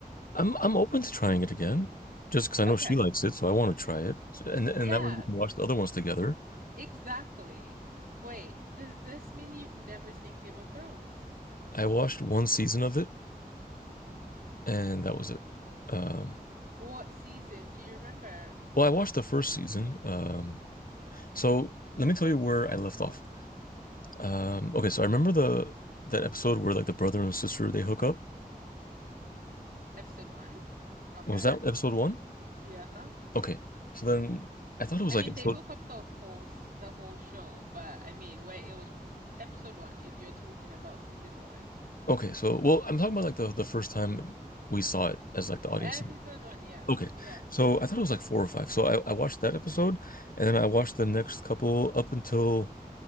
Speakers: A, on the left; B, on the right.
A: I'm I'm open to trying it again, just because I know
B: Okay.
A: she likes it, so I want to try it, and and
B: Yes.
A: that way we can watch the other ones together.
B: Exactly. Wait, does this mean you've never seen Game of Thrones?
A: I watched one season of it. and that was it. Um,
B: What season do you remember?
A: well, I watched the first season. Um, so let me tell you where I left off. Um, okay, so I remember the that episode where like the brother and sister they hook up.
B: Episode one? Okay.
A: Was that episode one?
B: Yeah.
A: Okay, so then I thought it was
B: I
A: like
B: mean,
A: episode.
B: they hook up the whole s- the whole show, but I mean, where it was pr- episode one, if you're talking about season one.
A: Okay, so well, I'm talking about like the the first time we saw it as like the audience.
B: Episode one, yeah.
A: Okay,
B: Yeah.
A: so I thought it was like four or five. So I, I watched that episode, and then I watched the next couple up until